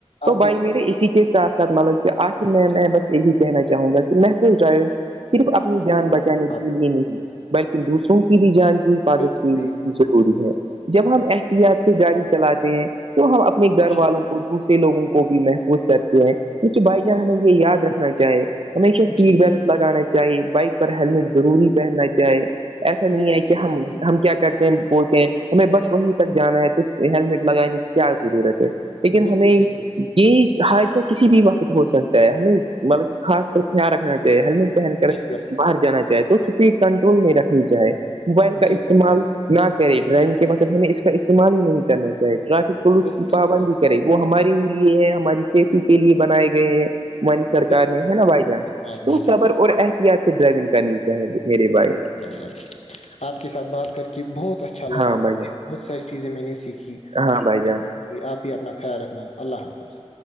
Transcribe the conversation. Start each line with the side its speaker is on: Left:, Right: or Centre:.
Right: تو
Left: آپ
Right: بھائی
Left: دیکھ سکتے
Right: اسی کے ساتھ ھ مطلب کہ آخ میں
Left: ہیں
Right: میں بس یہی کہنا چاہوں گا کہ محفوظ ڈرائیونگ صرف اپنی جان
Left: بالکل
Right: بچانے
Left: صحیح کہا آپ
Right: کے لیے نہیں بلکن
Left: نے،
Right: دوسروں کی بھی جان کی حفاظت
Left: بالکل
Right: کی
Left: صحیح کہا.
Right: ضروری ہے جب ہم احتیاط سے گاڑی چلاتے ہیں تو ہم اپنے گھر
Left: جی
Right: والوں کو دوسرے لوگوں کو بھی محفوظ کرتے ہیں کیونکہ بھائی جان ہمیں یہ یاد رکھنا چاہے ہمیشہ سیٹ
Left: جی
Right: بیلٹ لگانا چاہیے بائک پر ہیللمٹ ضروری پہننا چاہے ایسا نہیں
Left: بالکل
Right: ہے کہ
Left: صحیح
Right: ہم
Left: کہا آپ نے
Right: ہم کیا کرتے ہیں بولتے ہیں ہمیں بس وہیں تک جانا ہے تو ہیللمٹ لگانے کی کیا ضرورت ہے لیکن
Left: بالکل
Right: ہمیں
Left: صحیح کہا
Right: یہ
Left: آپ
Right: حادث سے کسی بھی وقت ہو سکتا ہے ہم نہیں مطلب کہ خاص کر خیال رکھنا چاہیے ہیللمٹ پہن
Left: نے
Right: کر باہر جانا چاہے تو اسپیڈ کنٹرول نہیں رکھنی چاہے موبائل
Left: جی بھائی-
Right: کا
Left: جی
Right: استعمال
Left: بھائی جان،
Right: نہ کرے ڈرائیونگ کے وقت ہمیں اس کا استعمال ہی نہیں کرنا چاہیے ٹریفک پولیس
Left: بالکل
Right: کی
Left: صحیح
Right: پابندی
Left: کہا
Right: کرے وہ ہمارے ہی لیے ہے ہماری سیفٹی کے لیے بنائے گئے ہیں نی سرکار
Left: بالکل
Right: نے
Left: بالکل
Right: ہے نا بھائی
Left: صحیح
Right: جان
Left: کہا آپ نے
Right: تو
Left: جی
Right: صبر اور احتیاط سے ڈرائیونگ کرنی چاہے میرے بھائی
Left: ج گ <inaudible> آپ کے ساتھ بات کر کے بہت اچھا لگا
Right: ہاں بھائی جان
Left: بہت ساری چیزیں میں نے سیکھی
Right: ہاں بائی چانس
Left: ابھی آپ ہی اپنا خیال رکھنا اللہ حافظ